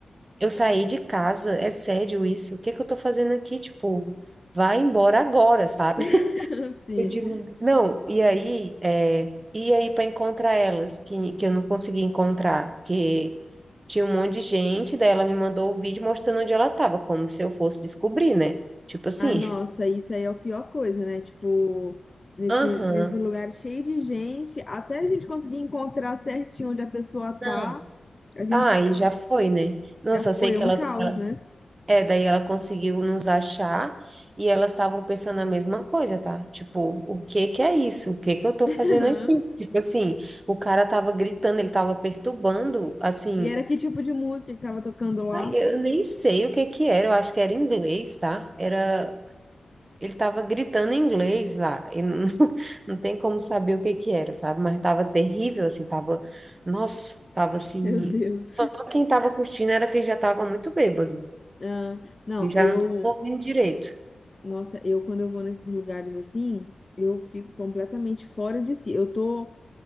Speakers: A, on the right; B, on the left.
A: eu saí de casa, é sério isso? O que que eu tô fazendo aqui? Tipo, vai embora agora, sabe?
B: <laughs> Sim.
A: Eu digo, não, e aí, é, e aí para encontrar elas, que, que eu não consegui encontrar, que tinha um monte de gente, daí ela me mandou o vídeo mostrando onde ela estava, como se eu fosse descobrir, né? Tipo assim,
B: Ah, nossa, isso aí é a pior coisa, né? Tipo, nesse,
A: aham,
B: nesse lugar cheio de gente, até a gente conseguir encontrar certinho onde a pessoa
A: não.
B: tá, a gente
A: Ah,
B: já,
A: e já foi, né? Não,
B: já
A: só sei
B: foi
A: que
B: é um
A: ela,
B: caos,
A: ela-
B: né?
A: É, daí ela conseguiu nos achar e elas estavam pensando a mesma coisa, tá? Tipo, o que que é isso? O que que eu tô
B: <laughs>
A: fazendo aqui? Tipo assim, o cara tava gritando, ele tava perturbando, assim.
B: E era que tipo de música que tava tocando lá?
A: Ai, eu nem sei o que que era, eu acho que era inglês, tá? Era, ele tava gritando em inglês lá, e <laughs> não, não tem como saber o que que era, sabe? Mas tava terrível, assim, tava, nossa, tava assim,
B: Meu Deus.
A: só quem tava curtindo era quem já tava muito bêbado,
B: Ah, não,
A: e já
B: eu,
A: não tava ouvindo direito.
B: nossa, eu quando eu vou nesses lugares assim, eu fico completamente fora de si. Eu tô,